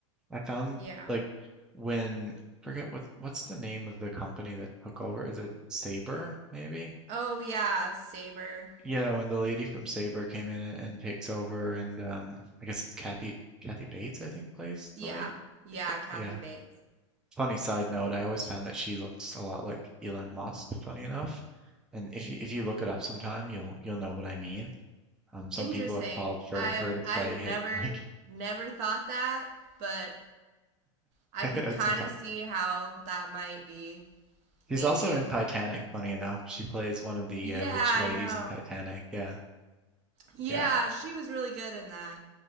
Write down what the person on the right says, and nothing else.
Yeah.
Oh yeah, Saber.
Yeah,
yeah, Kathy
Bates.
Interesting.
I've
I've never
never thought that, but I
could
kind
of see how that might be.
Maybe.
Yeah,
I
know.
Yeah,
she was really good in that.